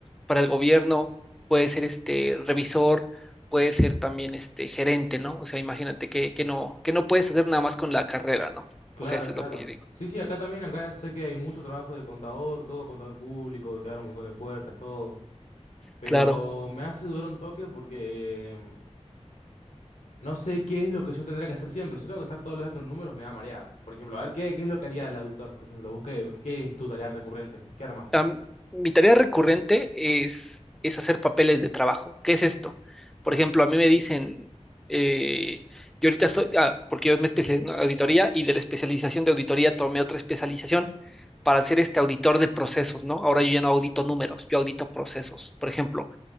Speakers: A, in the centre; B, on the left.
A: para el gobierno puede ser este revisor, puede ser también este gerente, ¿no? O sea, imagínate que, que no, que no puedes hacer nada más con la carrera, ¿no?
B: Claro,
A: O sea, eso
B: claro.
A: es lo que yo digo.
B: Sí, sí, acá también, acá sé que hay mucho trabajo de contador, todo contador público, te abre un montón de puertas, todo. Pero
A: Claro.
B: me hace dudar un toque porque No sé qué es lo que yo tendría que hacer siempre. Si tengo que estar todos los días con números, me va a marear. Por ejemplo, a ver, ¿qué, qué es lo que haría el auditor? Por ejemplo, ¿vos qué, qué es tu tarea recurrente? ¿Qué armas?
A: Am- mi tarea recurrente es, es hacer papeles de trabajo. ¿Qué es esto? Por ejemplo, a mí me dicen, eh, yo ahorita soy, ah, porque yo me especialicé en auditoría y de la especialización de auditoría tomé otra especialización para ser este auditor de procesos, ¿no? Ahora yo ya no audito números, yo audito procesos. Por ejemplo,